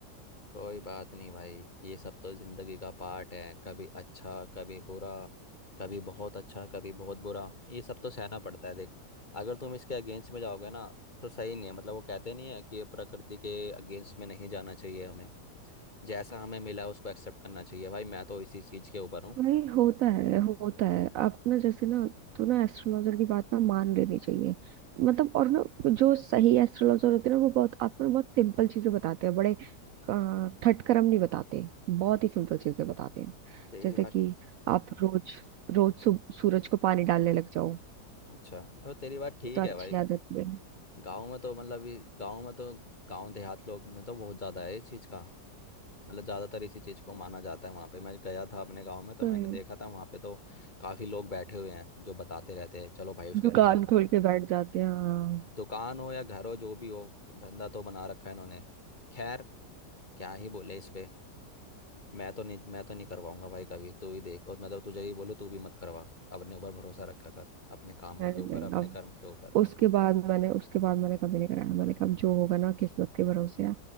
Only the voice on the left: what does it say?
कोई बात नहीं भाई ये सब तो जिंदगी का पार्ट है कभी अच्छा कभी बुरा कभी बहुत अच्छा कभी बहुत बुरा ये सब तो सहना पड़ता है देख अगर तुम इसके अगेंस्ट में जाओगे ना तो सही नहीं है मतलब वो कहते नहीं है कि ये प्रकृति के अगेंस्ट में नहीं जाना चाहिए हमें जैसा हमें मिला उसको एक्सेप्ट करना चाहिए भाई मैं तो इसी चीज के ऊपर हूँ
तेरी
बात
अच्छा वो तेरी बात ठीक
है भाई
गाँव में तो मतलब ये- गाँव में तो गाँव देहात लोग में तो बहुत ज़्यादा है इस चीज़ का मतलब ज़्यादातर इसी चीज़ को माना जाता है वहाँ पे मैं गया था अपने गाँव में तो
मैंने
देखा था वहाँ पे तो काफ़ी लोग बैठे हुए हैं जो बताते रहते हैं चलो भाई उसके
घर में चल
दुकान हो या घर हो जो भी हो धंधा तो बना रखा है इन्होंने खैर क्या ही बोले इस पे मैं तो नहीं मैं तो नहीं करवाऊंगा भाई कभी तू ही देख और मैं तो तुझे ही बोलूँ तू भी मत करवा अपने ऊपर भरोसा रखा कर अपने कामों
के ऊपर
अपने
कर्म के ऊपर